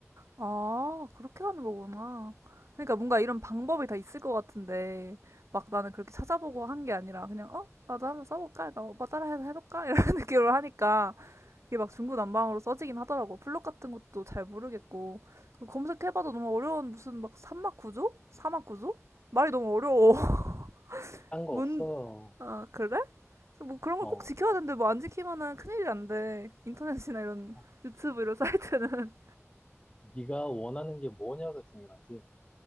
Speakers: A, on the right; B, on the left.
A: 아, 그렇게 하는 거구나. 그러니까 뭔가
B: 음.
A: 이런 방법이 다 있을 것 같은데, 막 나는 그렇게 찾아보고 한 게 아니라, 그냥, 어? 나도 한번 써볼까? 그러니까 오빠 따라해서 해볼까? <laughs> 이런 느낌으로 하니까, 이게 막 중구난방으로 써지긴 하더라고. 블록 같은 것도 잘 모르겠고. 그 검색해봐도 너무 어려운 무슨 막 산막 구조? 사막 구조? 말이 너무 어려워. <laughs>
B: 딴거
A: 뭔,
B: 없어요.
A: 아, 그래? 뭐 그런 걸
B: 어,
A: 꼭 지켜야 되는데, 뭐 안 지키면은 큰일이 안 돼. 인터넷이나 이런
B: 어,
A: 유튜브 이런 사이트는.
B: 네가 원하는 게 뭐냐가 중요하지.